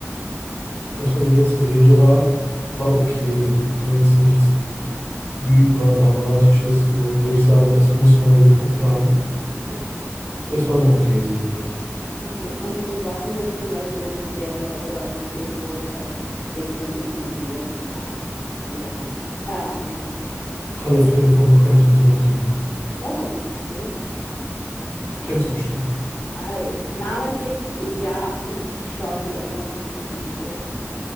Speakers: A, on the left; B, on the left.
A: das, was die letzte Serie war, war okay. War jetzt nichts überdramatisches, wo, wo ich sage, das muss man geguckt haben.
B: okay,
A: Es war eine okay Serie.
B: okay. Und, und was ist jetzt zum Beispiel eine Serie oder ein Film, wo du sagst, den könnte ich mir jedes Mal wieder anhören, äh, anschauen?
A: Alle Filme von Quentin Tarantino.
B: Oh, okay.
A: Kennst du bestimmt.
B: Äh, namentlich, ja, ich schaue die aber nicht wirklich so.